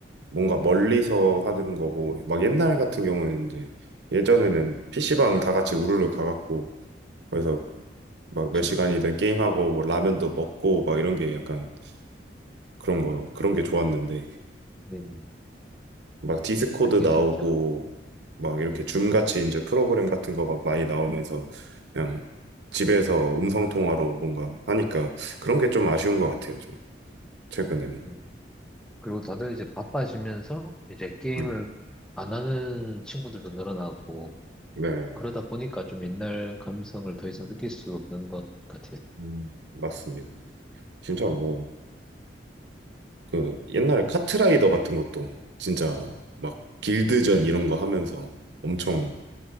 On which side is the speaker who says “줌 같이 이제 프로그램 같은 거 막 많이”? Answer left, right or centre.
Right